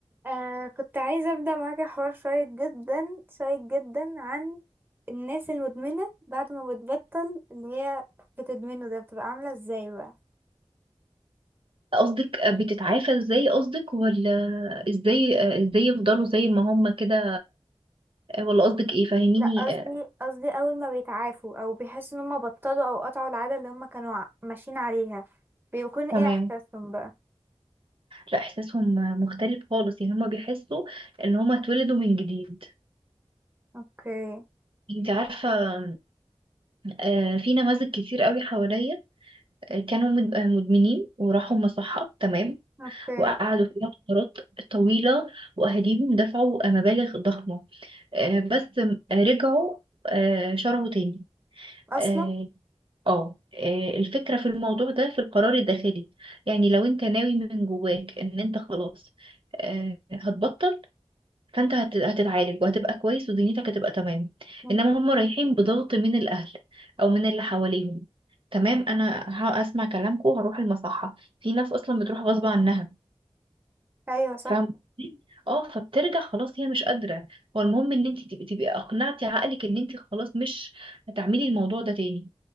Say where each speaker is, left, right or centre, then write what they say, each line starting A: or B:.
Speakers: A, on the right; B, on the right.
A: آه كنت عايزة أبدأ معاكي حوار شيق جدا شيق جدا عن الناس المدمنة بعد ما بتبطل اللي هي بتدمنه ده بتبقى عاملة ازاي بقى
B: قصدك بتتعافى ازاي قصدك ولا ازاي ازاي يفضلوا زي ما هم كده ولا قصدك ايه فاهميني
A: لا قصدي
B: آه،
A: قصدي أول ما بيتعافوا أو بيحسوا إن هما بطلوا أو قطعوا العادة اللي هما كانوا ع- ماشيين عليها بيكون ايه
B: تمام
A: إحساسهم بقى
B: لا احساسهم مختلف خالص يعني هم بيحسوا ان هم اتولدوا من جديد
A: اوكي
B: انت عارفة آه، في نماذج كتير قوي حواليا آه، كانوا مد- آه، مدمنين وراحوا مصحة تمام
A: اوكي
B: وقعدوا فيها فترات طويلة واهاليهم دفعوا مبالغ ضخمة آه، بس آه، رجعوا آه، شربوا تاني
A: أصلا
B: آه، اه آه، الفكرة في الموضوع ده في القرار الداخلي يعني لو انت ناوي من جواك ان انت خلاص آه، هتبطل فانت هت- هتتعالج وهتبقى كويس ودنيتك هتبقى تمام
A: مم.
B: انما هم رايحين بضغط من الاهل او من اللي حواليهم تمام انا هسمع كلامكم وهروح المصحة في ناس اصلا بتروح غصب عنها
A: أيوة صح
B: فاهم قصدي؟ اه فبترجع خلاص هي مش قادرة هو المهم ان انت تبقي تبقي اقنعتي عقلك ان انت خلاص مش هتعملي الموضوع ده تاني